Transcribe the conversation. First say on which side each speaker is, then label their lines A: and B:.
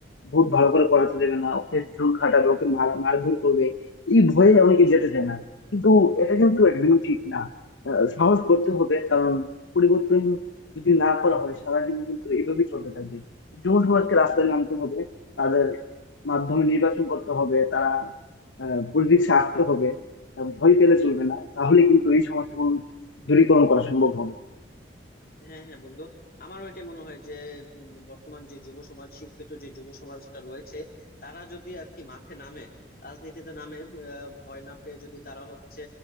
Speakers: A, on the left; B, on the left.
A: ভোট ভালো করে করাতে দেবে না ওকে জোর খাটাবে ওকে মার মারধর করবে এই ভয়ে অনেকে যেতে চায় না কিন্তু এটা কিন্তু একদমই ঠিক না আহ, সাহস করতে হবে কারণ পরিবর্তন যদি না করা হয় সারা জীবন কিন্তু এইভাবেই চলতে থাকবে যুব সমাজকে রাস্তায় নামতে হবে তাদের মাধ্যমে নির্বাচন করতে হবে তারা পলিটিক্সে আসতে হবে আহ ভয় পেলে চলবে না তাহলে কিন্তু এই সমস্যাগুলো দূরীকরণ করা সম্ভব হবে
B: হ্যাঁ হ্যাঁ বন্ধু আমারও এটা মনে হয় যে উম, বর্তমান যে যুব সমাজ শিক্ষিত যে যুব সমাজটা রয়েছে তারা যদি আর কি মাঠে নামে রাজনীতিতে নামে আহ, ভয় না পেয়ে যদি তারা হচ্ছে